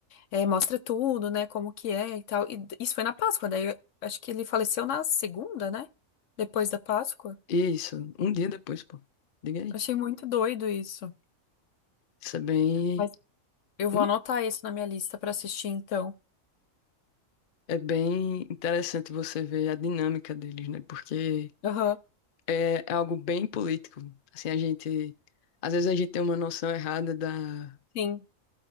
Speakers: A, on the left; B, on the left.
A: É, mostra tudo, né? Como que é e tal. E d- isso foi na Páscoa, daí eu acho que ele faleceu na segunda, né? Depois da Páscoa.
B: Isso, um dia depois, pô. Diga aí.
A: Achei muito doido isso.
B: Isso é bem.
A: Mas eu vou
B: hum?
A: anotar isso na minha lista pra assistir, então.
B: É bem interessante você ver a dinâmica deles, né? Porque
A: Aham,
B: é, é algo bem político. Assim, a gente. Às vezes a gente tem uma noção errada da,
A: sim.